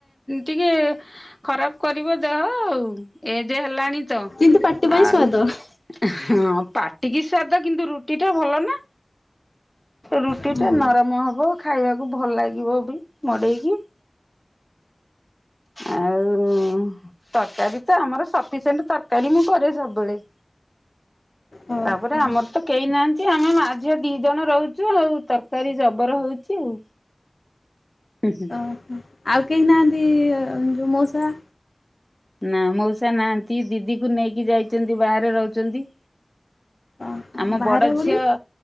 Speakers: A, on the left; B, on the left.
A: ଟିକେ ଖରାପ୍ କରିବ ଦେହ ଆଉ। ଏଦେ ହେଲାଣି ତ
B: କିନ୍ତୁ ପାଟି ପାଇଁ
A: ଆଉ
B: ସ୍ଵାଦ।
A: ହଁ ପାଟିକି ସ୍ଵାଦ କିନ୍ତୁ ରୁଟି ଟା ଭଲ ନା। ରୁଟି
B: ହୁଁ
A: ଟା ନରମ ହବ, ଖାଇବାକୁ ଭଲ ଲାଗିବ ବି ମଡ଼େଇକି। ଆଉ ଉ ତରକାରୀ ତ ଆମର ସଫିସେଣ୍ଟ୍ ତରକାରୀ ମୁଁ କରେ ସବବେଳେ।
B: ଓହୋ
A: ତାପରେ
B: ଓହୋ।
A: ଆମର୍ ତ କେହି ନାହାନ୍ତି ଆମେ ମା, ଝିଅ, ଦି ଜଣ ରହୁଚୁ ଆଉ, ତରକାରୀ ଜବର ହେଉଚି ଆଉ। ହୁଁ। ହୁଁ
B: ଓହୋ, ଆଉ କେହି ନାହାନ୍ତି, ଯୋଉ ମୋଉସା?
A: ନା ମଉସା ନାହାନ୍ତି, ଦିଦିକୁ ନେଇକି ଯାଇଚନ୍ତି ବାହାରେ ରୋହୁଚନ୍ତି।
B: ଓହୋ
A: ଆମ
B: ବାହାରେ
A: ବଡ
B: ବୋଲି?
A: ଝିଅ